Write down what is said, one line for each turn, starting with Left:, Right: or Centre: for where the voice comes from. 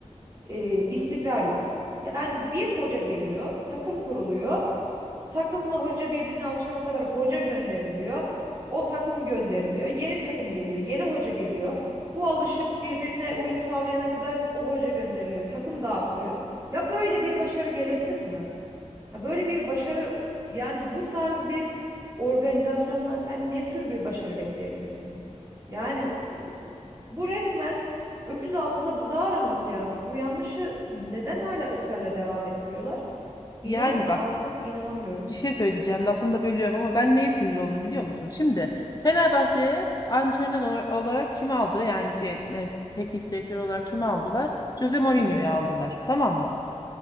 Right: Ee, istikrar yok. Yani bir hoca geliyor, takım kuruluyor. Takımla hoca birbirine alışana kadar hoca gönderiliyor. O takım gönderiliyor. Yeni takım geliyor. Yeni hoca geliyor. Bu alışıp birbirine uyum sağlayana kadar o hoca gönderiliyor. Takım dağıtılıyor. Ya böyle bir başarı gelebilir mi? Ha böyle bir başarı yani bu tarz bir organizasyondan sen ne tür bir başarı bekleyebilirsin? Yani ıı, ku- bu resmen öküz altında buzağı aramak ya. Bu yanlışı neden hala ısrarla devam ettiriyorlar? İnan
Left: Yani bak
Right: artık inanamıyorum.
Left: bir şey söyleyeceğim lafını da bölüyorum ama ben neye sinir oldum biliyor musun? Şimdi Fenerbahçe'ye antrenör ola- olarak kimi aldı? Yani şey, e, teknik direktör olarak kimi aldılar? Jose Mourinho'yu
Right: Mourinho.
Left: aldılar tamam mı?